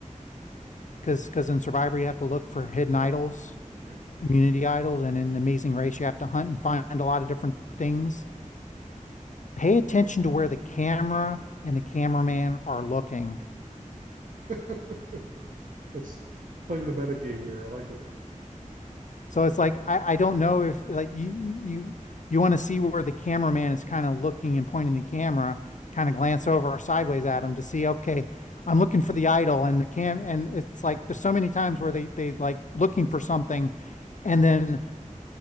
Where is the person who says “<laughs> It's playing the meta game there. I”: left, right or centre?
Right